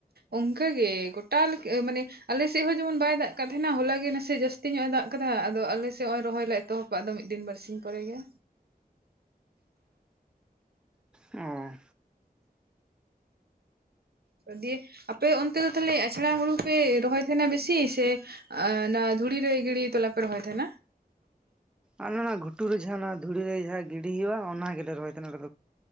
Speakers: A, on the right; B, in the centre.
A: ᱚᱱᱠᱟ ᱜᱮ ᱜᱚᱴᱟ ᱢᱟᱱᱮ, ᱟᱞᱮ ᱥᱮᱫ ᱦᱚᱸ ᱡᱮᱢᱚᱱ ᱵᱟᱭ ᱫᱟᱜ ᱠᱟᱜ ᱛᱟᱦᱮᱱᱟ, ᱦᱚᱞᱟ ᱜᱮ ᱱᱟᱥᱮ ᱡᱟᱹᱥᱛᱤ ᱡᱟᱥᱛᱤ ᱧᱚᱜ ᱫᱟᱜ ᱟᱠᱟᱫᱟ ᱟᱫᱚ ᱟᱞᱮ ᱥᱮᱫ ᱱᱚᱜ ᱚᱭ ᱨᱚᱦᱚᱭ ᱞᱮ ᱮᱛᱚᱦᱳᱵᱟ ᱟᱫᱚ ᱢᱤᱫ ᱫᱤᱱ ᱵᱟᱨᱥᱤᱧ ᱯᱚᱨᱮ ᱜᱮ <inaudible>
B: ᱚ
A: ᱫᱤᱭᱮ ᱟᱯᱮ ᱚᱱᱛᱮ ᱫᱚ ᱛᱟᱦᱚᱞᱮ ᱟᱪᱲᱟ ᱦᱩᱲᱩ ᱯᱮ ᱨᱚᱦᱚᱭ ᱛᱟᱦᱮᱱᱟ ᱵᱮᱥᱤ ᱥᱮ ᱟ ᱱᱚᱣᱟ ᱫᱷᱩᱲᱤ ᱨᱮ ᱜᱤᱲᱤ ᱛᱚᱞᱟ ᱯᱮ ᱨᱚᱦᱚᱭ ᱛᱟᱦᱮᱱᱟ᱾
B: ᱟᱞᱮ ᱚᱱᱟ ᱜᱷᱩᱴᱩ ᱨᱮ ᱡᱟᱦᱟᱸ ᱫᱷᱩᱲᱤ ᱨᱮ ᱡᱟᱦᱟᱸ ᱜᱤᱰᱤ ᱦᱩᱭᱩᱜᱼᱟ ᱚᱱᱟ ᱜᱮᱞᱮ ᱨᱚᱦᱚᱭ ᱛᱟᱦᱮ ᱱᱚᱰᱮ